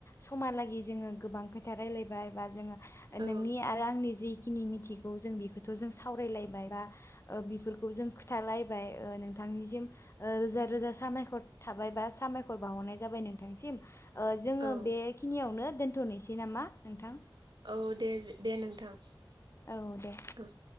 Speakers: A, on the left; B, on the right.
A: समालागै जोङो गोबां खोथा रायलायबाय बा जोङो
B: औ
A: नोंनि आरो आंनि जि खिनि मिथिगौ जों बेखौथ' सावरालायबाय बा ओ बेफोरखौ जों खिथालायबाय ओ नोंथांनिसिम रोजा रोजा सा सामायख'र थाबायबा सामायखर बाहरनाय जाबाय नोंथांसिम। ओ जोङो
B: औ
A: बेखिनियावनो दोनथ'नोसै नामा नोंथां?
B: औ देज दे नोंथां।
A: औ दे।
B: औ